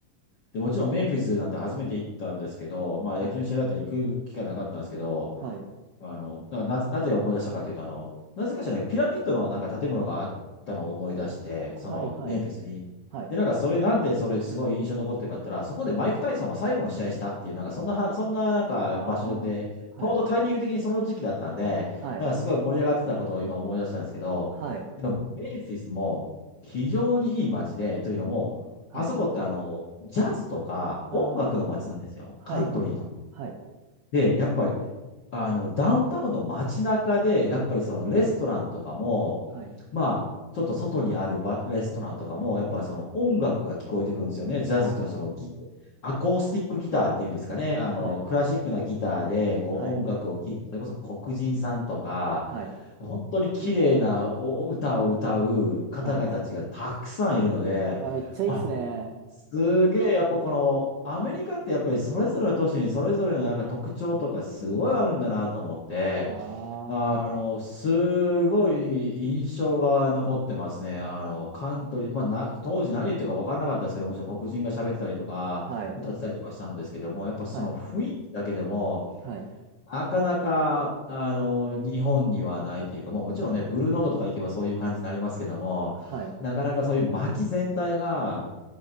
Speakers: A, on the left (about 65°); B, on the right (about 80°).
A: で、もちろんメンフィスなんて初めて行ったんですけど、まあ野球の試合だったら行く機会なかったんですけど、
B: はい。はい。
A: あの、なんかなぜ、なぜ思い出したかというと、あの、なぜかしらピラミッドのなんか建物があったのを思い出して、そのメンフィスに。
B: はい。はい。はい。
A: で、なんかそれなんでそれすごい印象に残ってるかって言ったら、そこでマイク・タイソンが最後の試合したっていう、なんかそんなは、そんななんか場所で、
B: ああ。はい。
A: ちょうどタイミング的にその時期だったんで、
B: はい。
A: なんかすごい盛り上がってたことを今思い出したんですけど、
B: はい。
A: でもメンフィスも非常にいい街で、というのも、
B: はい。
A: あそこってあの、ジャズとか音楽の街なんですよ。
B: ああ、はい、
A: カントリーの。
B: はい、
A: で、やっぱりあの、ダウンタウンの街中で、やっぱりそのレストランとかも、
B: はい。
A: まあ、ちょっと外にあるバレストランとかも、やっぱりその音楽が聞こえてくるんですよね。ジャズとそのギ、
B: あ
A: アコースティックギターっていうんですかね。あの、
B: あ、はい、
A: クラシックなギターで、こう音楽を聴いて、
B: はい、
A: それこそ黒人さんとか、
B: はい、
A: 本当に綺麗なおお歌を歌う方々たちがたくさんいるので、
B: はい。うわ、めっちゃいいっすね。
A: あ、すげえ、やっぱこの、アメリカってやっぱりそれぞれの都市にそれぞれのなんか特徴とかすごいあるんだなと思って、
B: あ
A: あの、すごい印象が残ってますね。あの、カントリー、まあな、当時何言ってるか分からなかったですけど、もちろん黒人が喋ってたりとか、
B: あ、はい、
A: 歌ってたりとかしたのですけども、やっぱその雰囲気だけでも、
B: はい、はい、
A: なかなか、あの、日本にはないというか、もうもちろんね、ブルーノートとか行けばそういう感じになりますけども、
B: はい、
A: なかなかそういう街全体が、